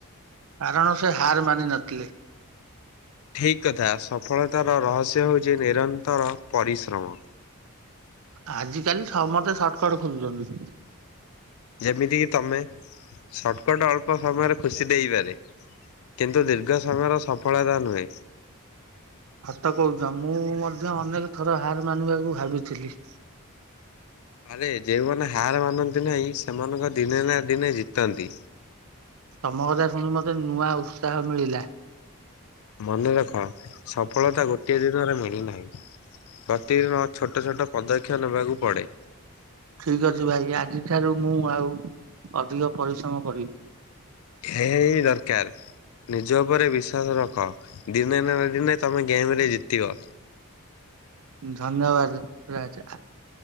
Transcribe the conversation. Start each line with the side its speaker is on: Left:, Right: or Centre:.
Right: କାରଣ ସେ ହାର୍ ମାନି ନଥିଲେ।
Left: ଠିକ୍ କଥା ସଫଳତାର ରହସ୍ୟ ହେଉଛି ନିରନ୍ତର ପରିଶ୍ରମ
Right: ଆଜି କାଲି ସମସ୍ତେ ସର୍ଟକଟ ଖୋଜୁଛନ୍ତି
Left: ଯେମିତି କିି ତମେ ସଟର୍କଟ ଅଳ୍ପ ସମୟରେ ଖୁସି ଦେଇପାରେ କିନ୍ତୁ ଦୀର୍ଘ ସମୟର ସଫଳତା ନୁହେଁ
Right: ସତ କହୁଛ ମୁଁ ମଧ୍ୟ ଅନେକ ଥର ହାର୍ ମାନିବାକୁ ଭାବିଥିଲି
Left: ଆରେ ଯେଉମାନେ ହାର୍ ମାନନ୍ତି ନାହିଁ ସେମାନଙ୍କ ଦିନେ ନା ଦିନେ ଜିତନ୍ତି
Right: ତମ କଥା ଶୁଣି ମତେ ନୂଆ ଉତ୍ସାହ ମିଳିଲା।
Left: ମନେ ରଖ ସଫଳତା ଗୋଟିଏ ଦିନରେ ମିଳିନାହିଁ। ପ୍ରତିଦିନ ଛୋଟ ଛୋଟ ପଦକ୍ଷେପ ନେବାକୁ ପଡ଼େ।
Right: ଠିକ୍ ଅଛି ଭାଇ ଆଜି ଠାରୁ ମୁଁ ଆଉ ଅଧିକ ପରିଶ୍ରମ କରିବି।
Left: ହେଇ ଦରକାର୍ ନିଜ ଉପରେ ବିଶ୍ଵାସ ରଖ ଦିନେ ନା ନ ଦିନେ ତମେ ଗେମ୍ ରେ ଜିତିବ
Right: ଧନ୍ୟବାଦ୍ ରାଜା